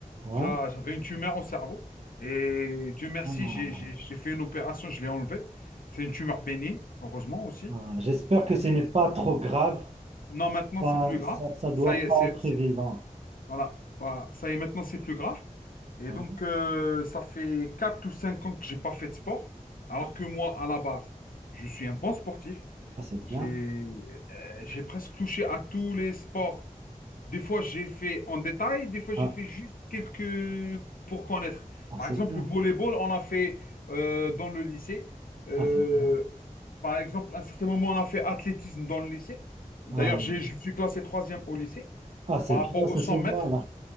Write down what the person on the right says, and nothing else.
Ouais.
Ah.
Ah, J'espère
que ce
n'est pas trop grave.
Ça,
ça, ça doit
pas
être évident.
Ah
oui.
Ah, c'est bien.
Ah,
ah,
c'est
bien.
Ah, c'est bien.
Ah,
ah, c'est
bien, ça
se voit
là.